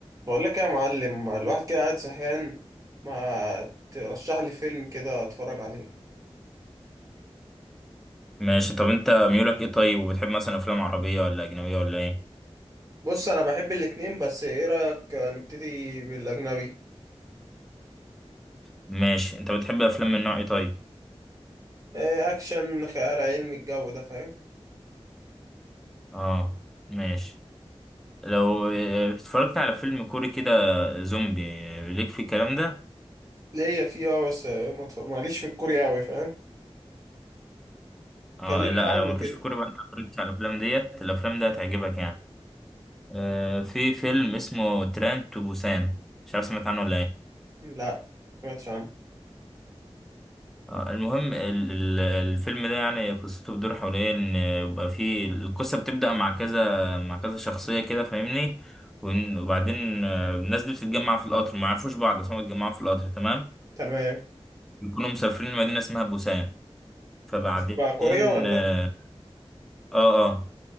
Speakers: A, on the right (about 35°); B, in the centre.
A: بقول لك يا معلم الواحد كده قاعد زهقان ما ترشح لي فيلم كده اتفرج عليه
B: ماشي طب انت ميولك ايه طيب وبتحب مثلا افلام عربية ولا اجنبية ولا ايه
A: بص انا بحب الاتنين بس ايه رأيك نبتدي بالاجنبي
B: ماشي انت بتحب افلام من نوع ايه طيب
A: إيه اكشن خيال علمي الجو ده فاهم
B: اه ماشي لو اه، اتفرجت على فيلم كوري كده زومبي ليك في الكلام ده
A: ليا فيه اه بس ما اتف- معليش في الكوري اوي فاهم
B: اه
A: كلمني
B: لا
A: عنه
B: لو مالكش
A: كده
B: في كوري بقى انت اتفرجت على الافلام ديت الافلام دي هتعجبك يعني اه في فيلم اسمه تران تو بوسان مش عارف سمعت عنه ولا ايه
A: لا ما سمعتش عنه
B: آه، المهم ال- ال- الفيلم ده يعني قصته بتدور حول ايه ان يبقى فيه القصه بتبدا مع كذا مع كذا شخصيه كده فاهمني ون- وبعدين آه، الناس دي بتتجمع في القطر ما يعرفوش بعض بس هم بيتجمعوا في القطر تمام
A: تمام
B: بيكونوا مسافرين لمدينه اسمها بوسان فبعدين
A: بقى كوريا ولا
B: اه اه آه.